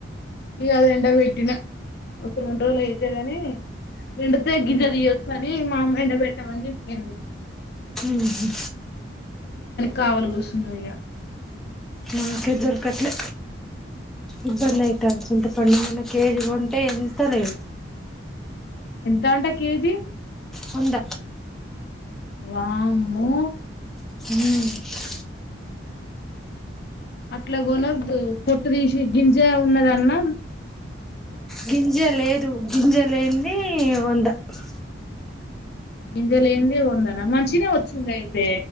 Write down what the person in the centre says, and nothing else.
ఉహు
మాకె దొరకట్లే ఇబ్బందియితాంది చింతపండు మొన్న కేజి కొంటే ఎంతలేదు
వంద
ఉమ్
గింజ లేదు గింజ లేంది వంద బ